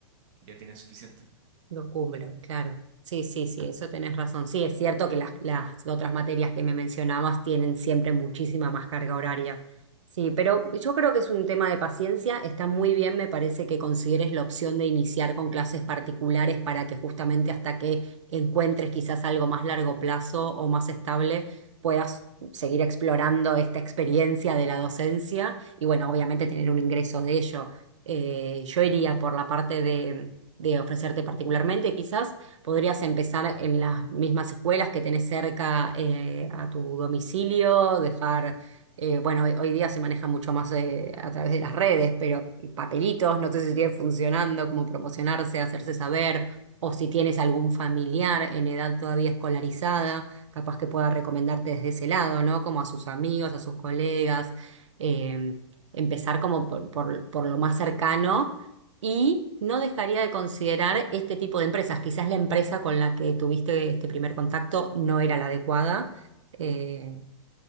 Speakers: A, on the right (about 40°); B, on the right (about 80°).
A: ya tiene suficiente.
B: lo cumplo, claro. Sí, sí, sí, eso tenés razón. Sí, es cierto que las, las otras materias que me mencionabas tienen siempre muchísima más carga horaria. Sí, pero yo creo que es un tema de paciencia. Está muy bien, me parece que consideres la opción de iniciar con clases particulares para que justamente hasta que encuentres quizás algo más largo plazo o más estable, puedas seguir explorando esta experiencia de la docencia y bueno, obviamente tener un ingreso de ello. Eh, yo iría por la parte de de ofrecerte particularmente. Quizás podrías empezar en las mismas escuelas que tenés cerca eh, a tu domicilio, dejar, eh, bueno, hoy, hoy día se maneja mucho más eh, a través de las redes, pero papelitos, no sé si siguen funcionando, como promocionarse, hacerse saber, o si tienes algún familiar en edad todavía escolarizada, capaz que pueda recomendarte desde ese lado, ¿no? Como a sus amigos, a sus colegas. em, empezar como por, por por lo más cercano y no dejaría de considerar este tipo de empresas. Quizás la empresa con la que tuviste este primer contacto no era la adecuada. Eh,